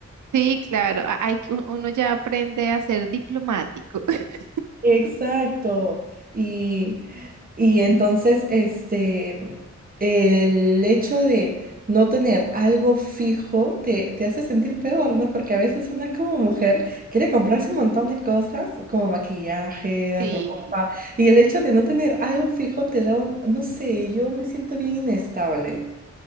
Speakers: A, on the right (about 85°); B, on the right (about 30°).
A: Sí, claro, a- hay que uno ya aprende a ser diplomático. <laughs>
B: Exacto. Y, y entonces, este, el hecho de no tener algo fijo te, te hace sentir peor, ¿no? Porque a veces una como mujer quiere comprarse un montón de cosas, como maquillaje,
A: Sí.
B: ropa, y el hecho de no tener algo fijo te da un, no sé, yo me siento bien inestable.